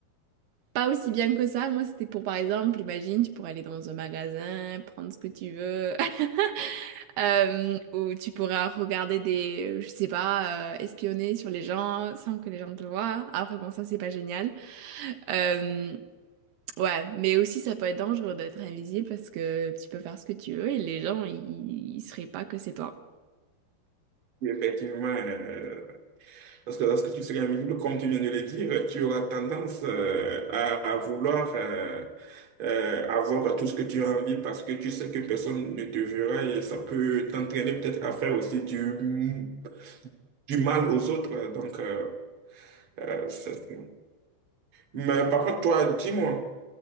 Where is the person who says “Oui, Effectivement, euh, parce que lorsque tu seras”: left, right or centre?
Right